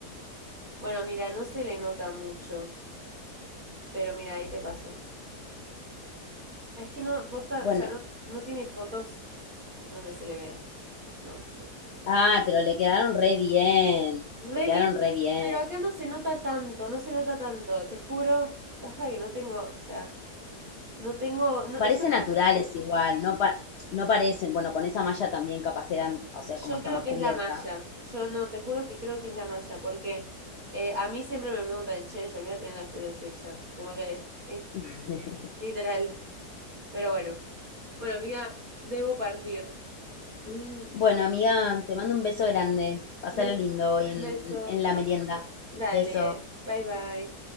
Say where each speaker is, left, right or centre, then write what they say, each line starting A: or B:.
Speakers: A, on the right; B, on the left.
A: Bueno, mira, no se le nota mucho, pero mira, ahí te pasó. Es que no, posta,
B: bueno,
A: o sea, no, no tiene fotos donde se le vea. Pero bueno, nada.
B: ah, pero le quedaron re bien,
A: Re
B: le quedaron
A: bien,
B: re bien.
A: pero acá no se nota tanto, no se nota tanto, te juro. Pasa que no tengo, o sea, no tengo, no,
B: Parece
A: ella no,
B: naturales igual, no, pa- no parecen. Bueno, con esa malla también capaz quedan, o sea,
A: yo
B: como está
A: creo
B: más
A: que
B: cubierta.
A: es la malla. Yo no, te juro que creo que es la malla, porque eh, a mí siempre me preguntan, che, mira, tiene las tetas hechas. Como que es
B: <laughs>
A: literal. Pero bueno. Bueno, amiga, debo partir. <laughs>
B: Bueno, amiga, te mando un beso grande. Pásalo
A: Bes-
B: lindo hoy en,
A: Besote.
B: en en la merienda.
A: Dale,
B: Beso.
A: bye bye.